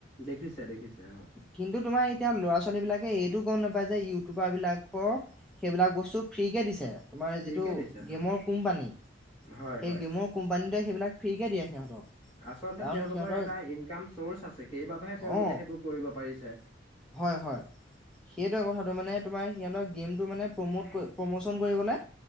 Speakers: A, on the left; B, in the centre.
A: দেখিছে দেখিছে অ
B: কিন্তু তোমাৰ এতিয়া ল'ৰা ছোৱালী বিলাকে এইটো গম নাপায় যে ইউটিউবাৰ বিলাকক সেইবিলাক বস্তু ফ্ৰী কে দিছে তোমাৰ
A: ফ্ৰীকে
B: যিটো
A: দিছে হয়
B: গেমৰ কোম্পানী সেই
A: হয় হয়
B: গেমৰ কোম্পানীতোৱে সেইবিলাক ফ্ৰী কে দিয়ে সিহঁতক
A: আচলতে
B: কাৰণ
A: তেওঁলোকৰ
B: সিহঁতৰ
A: এটা ইনকাম চৰ্চ আছে সেইবাবেহে তেওঁলোকে
B: অ
A: সেইবোৰ কৰিব পাৰিছে
B: হয় হয় সেইটোৱে কথাটো মানে তোমাৰ সিহঁতৰ গেমটো মানে প্ৰমোট প্ৰমোচন কৰিবলৈ